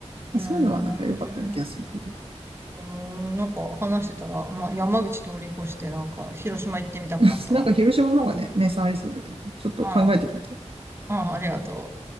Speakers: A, on the right; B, on the right.
A: まあ、
B: ーん
A: そういうのはなんか良かったような気がするけど。
B: うーん、なんか話してたら、まあ、山口通り越して、なんか広島行ってみたくなったわ。
A: <laughs> なんか広島の方がね、名産ありそうだよね。ちょっと考えてみて。
B: うん、うん、ありがとう。